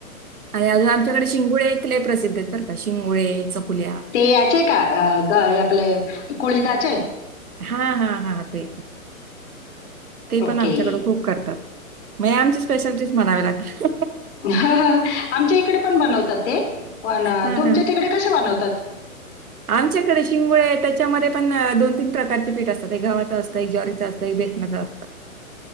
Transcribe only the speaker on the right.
आणि अज आमच्याकडे शिंगोळेले प्रसिद्ध आहेत बर का शिंगोळे चकुल्या
हा हा हा ते ते
पण आमच्याकड खूप करतात मग आमची स्पेशल डिश म्हणावी लागेल.
हां,
हां.
आमच्याकडे शिंगोळे त्याच्यामध्ये पण दोन तीन प्रकारचे पीठ असत. गव्हाचं असतं ज्वारीचं असतं बेसनाचे असतं